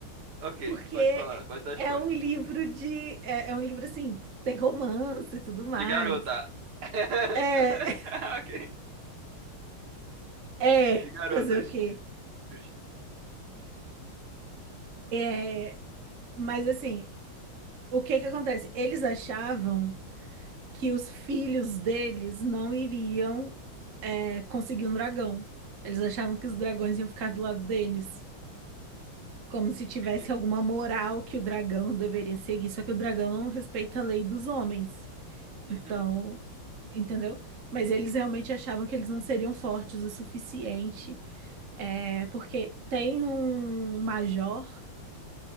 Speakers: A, on the right (about 80°); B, on the right (about 40°).
A: Ok,
B: porque
A: pode
B: é
A: falar, pode dar spoiler.
B: é um livro de é, é um livro assim, tem romance e tudo mais.
A: De garota. <laughs>
B: É,
A: Ok,
B: é,
A: de garotas.
B: fazer o quê?
A: Justo,
B: É, Mas assim, O que que acontece? Eles achavam que os filhos deles não iriam é, conseguir um dragão. Eles achavam que os dragões iam ficar do lado deles, como se tivesse
A: entendi.
B: alguma moral que o dragão deveria seguir. Só que o dragão não respeita a lei dos homens. Então,
A: Uhum,
B: entendeu? Mas eles realmente achavam que eles não seriam fortes o suficiente, é, porque tem um major